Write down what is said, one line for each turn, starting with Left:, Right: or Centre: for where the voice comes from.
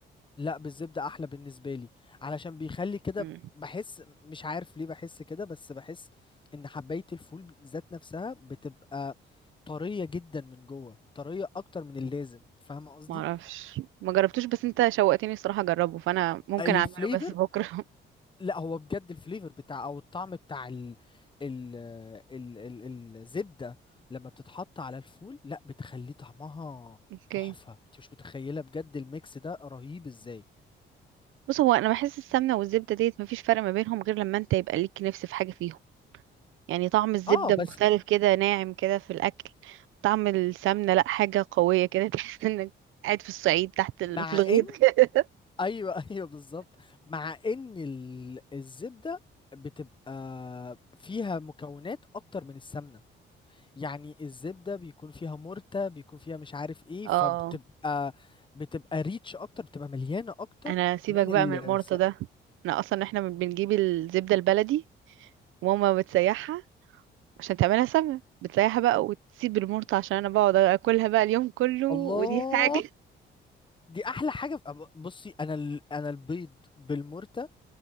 Left: لا بالزبدة احلى بالنسبة لي علشان بيخلي كده
Right: مم.
Left: بحس مش عارف ليه بحس كده بس بحس ان حباية الفول ذات نفسها بتبقى طرية جدا من جوه طرية اكتر من اللازم فاهم قصدي
Right: ما اعرفش ما جربتوش بس انت شوقتني الصراحة اجربه فانا ممكن
Left: الفليفر
Right: اعمله بس بكرة
Left: لا هو بجد الفليفر بتاع او الطعم بتاع ال ال ال ال الزبدة لما بتتحط على الفول لا بتخليه طعمها
Right: <laughs> اوكي
Left: تحفة انت مش متخيلة بجد الميكس ده رهيب ازاي
Right: بص هو انا بحس السمنة والزبدة ديت مفيش فرق ما بينهم غير لما انت يبقى ليك نفس في حاجة فيهم يعني طعم الزبدة
Left: اه
Right: مختلف
Left: بس
Right: كده ناعم كده في الاكل طعم السمنة لا حاجة قوية كده <laughs> تحس انك قاعد في الصعيد تحت ال...
Left: مع
Right: في الغيط
Left: ان
Right: كده
Left: ايوه <laughs> ايوه بالظبط مع ان ال- الزبده بتبقى فيها مكونات اكتر من السمنه يعني الزبده بيكون فيها مرتة بيكون فيها مش عارف ايه
Right: اه
Left: فبتبقى بتبقى ريتش اكتر بتبقى مليانه اكتر
Right: انا سيبك
Left: من
Right: بقى
Left: ال
Right: من المرطة ده انا اصلا احنا بنجيب الزبدة البلدي وماما بتسيحها عشان تعملها سمنة بتسيحها بقى وتسيب المرط عشان انا بقعد اكلها بقى اليوم كله ودي
Left: الله
Right: <laughs> حاجة
Left: دي احلى حاجه في... بصي انا ال... انا البيض بالمرتة